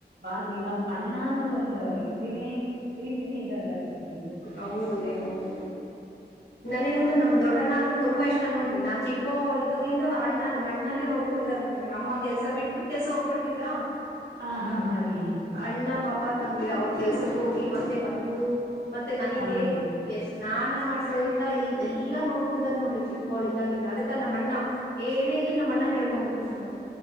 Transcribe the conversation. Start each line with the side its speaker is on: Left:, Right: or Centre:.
Right: ಬಾಂದವಿ ನಮ್ಗೆ ಅಣ್ಣ ಅನ್ನೋದೊಂದ ಇದನೇ ಪ್ರೀತಿನೇ ಇದಲ್ಲ ರೀ ಇದು.
Left: ಹೌದು ರೀ ಹೌದು. ನನಗಂದು ನಮಮ್ಮ ದೊಡ್ಡಣ್ಣಂದ್ರೆ ತುಂಬಾ ಇಷ್ಟ ನೋಡ್ರಿ ನಾ ಚಿಕ್ಕೋಳ ಇದ್ಲಂದ ಅಣ್ಣ ನಮ್ಮ್ ಅಣ್ಣನ ನೋಡ್. ನೋಕೊಂಡಿದಾರಲ್ಲ ನನ್ಗೆ ಅಮ್ಮ ಕೆಲ್ಸ ಬಿಟ್ಟು ಕೆಸ ಹೋಗ್ಬಿಡ್ತಿದ್ರ.
Right: ಹ ಹಾ ಹಾ ರೀ
Left: ಅಣ್ಣ ಪಾಪ ನಂಗೆ ಅವರು ಕೆಲ್ಸಕ್ಕೆ ಹೋಗಿ ಮತ್ತೆ ಬಂದು ಮತ್ತೆ ನನಗೆ
Right: ಹಾ ರೀ
Left: ಎಷ್ಟ. ನಾನ ಮಾಡ್ಸೋದ್ರಿಂದ ಎ ಎಲ್ಲಾ ನೋಡ್ಕೊಂಡಿದಾರ ನೋಡ್ರಿ. ಚಿಕ್ಕೋಳ ಇದ್ದಾಗ್ಲಿಂದ ಅದಕ್ಕ ನಮ್ಮ ಅ್ಣ ಏನೇ ಇರ್ಲಿ ನಮ್ಮ ಅಣ್ಣಗೆ ಹೇಳ್ಕೊಂಡ್ ಬಿಡುತ್ತೇನೀ ನಾನು‌.